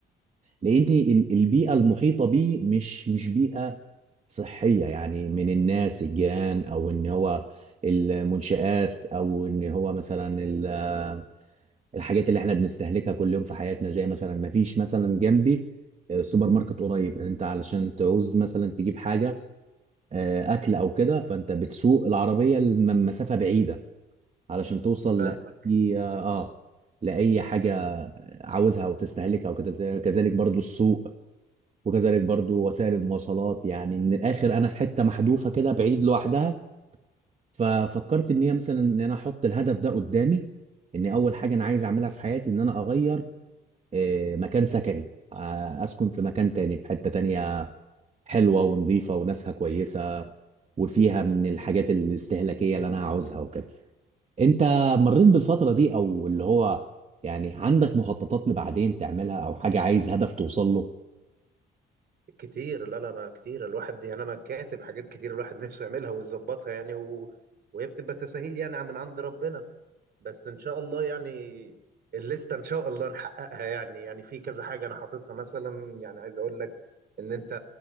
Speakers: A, on the right; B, on the right.
A: لان ال- البيئه المحيطه بيه مش مش بيئه صحيه يعني من الناس الجيران او ان هو المنشآت او ان هو مثلا ال- الحاجات اللي احنا بنستهلكها كل يوم في حياتنا زي مثلا ما فيش مثلا جنبي آه، سوبر ماركت قريب انت علشان تعوز مثلا تجيب حاجه آه، اكل او كده فانت بتسوق العربيه لمسافه بعيده علشان توصل
B: فاهمك
A: لأي اه لأي حاجة عاوزها وتستهلكها وكده زي- كذلك برضو السوق وكذلك برضو وسائل المواصلات يعني من الآخر أنا في حتة محذوفة كده بعيد لوحدها ففكرت إن هي مثلا إن أنا أحط الهدف ده قدامي إن أول حاجة أنا عايز أعملها في حياتي إن أنا أغير آه، مكان سكني آه، أسكن في مكان تاني في حتة تانية حلوة ونظيفة وناسها كويسة وفيها من الحاجات الاستهلاكية اللي أنا عاوزها وكده انت مريت بالفترة دي او اللي هو يعني عندك مخططات لبعدين تعملها او حاجة عايز هدف توصل له
B: كتير لا لا انا كتير الواحد يعني انا كاتب حاجات كتير الواحد نفسه يعملها ويظبطها يعني و... وهي بتبقى تساهيل يعني من عند ربنا بس ان شاء الله يعني الليسته ان شاء الله نحققها يعني يعني في كذا حاجه انا حاططها مثلا يعني عايز اقول لك ان انت